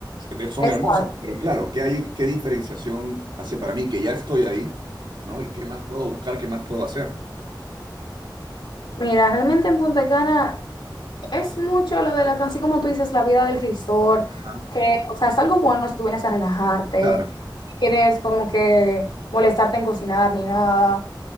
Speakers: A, on the right (about 80°); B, on the left (about 85°).
A: De- Son
B: Exacto.
A: hermosos, pero claro, ¿qué hay, qué diferenciación hace para mí que ya estoy ahí, ¿no? ¿Y qué más puedo buscar, qué más puedo hacer?
B: Mira, realmente en Punta Cana Es mucho lo de la, así como tú dices, la vida del resort,
A: Ajá.
B: que, o sea, es algo bueno si tú vienes a relajarte,
A: Claro.
B: no quieres como que molestarte en cocinar ni nada,